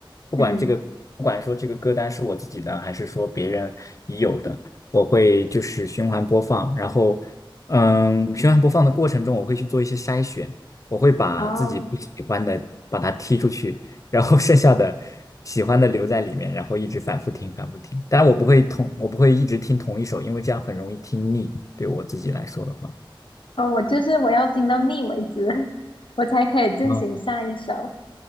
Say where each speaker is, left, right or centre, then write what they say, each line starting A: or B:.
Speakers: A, on the left (about 40°); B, on the left (about 70°).
A: 不管这个不管说这个歌单是我自己的，
B: 嗯。
A: 还是说别人已有的，我会就是循环播放。然后，嗯，循环播放的过程中，我会去做一些筛选，我会把自己不喜欢的把它踢出去。
B: 哦，
A: 然后剩下的喜欢的留在里面，然后一直反复听，反复听。但我不会同，我不会一直听同一首，因为这样很容易听腻。对我自己来说的话，
B: 哦，我就是我要听到腻为止，<laughs> 我才可以进行下一首。
A: 嗯，